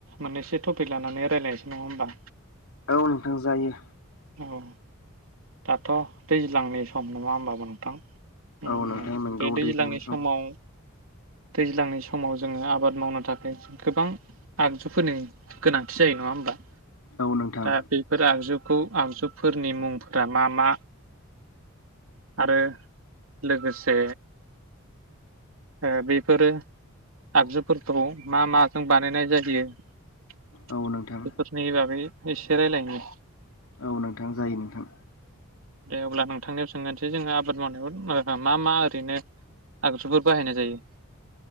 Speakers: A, on the right (about 70°); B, on the left (about 80°).
A: मोननैसो टपिक लानानै रायज्लायनोसै नङा होनोमबा।
B: औ नोंथां जायो।
A: औ दाथ' दैज्लांनि सम नङा होमबा नोंथां। उम
B: औ नोंथाय नोंगौ
A: बे
B: दैज्लांनि
A: समाव
B: सम
A: दैज्लांनि समाव जोङो आबाद मावनो थाखाय गोबां आगजुफोरनि गोनांथि जायो नङा होमबा?
B: औ नोंथां
A: दा बेफोर आगजु खौ आगजुफोरनि मुंफोरा मा मा आरो लोगोसे ओ बेफोरो आगजुफोरखौ मा मा जों बानायनाय जायो बेफोरनि
B: औ नोंथां
A: बागै एसे रायलायनि
B: औ नोंथां जायो नोंथां
A: दे अब्ला नोंथांनियाव सोंनोसै जोङो आबाद मावनायाव मा मा ओरैनो आगजुफोर बाहायनाय जायो?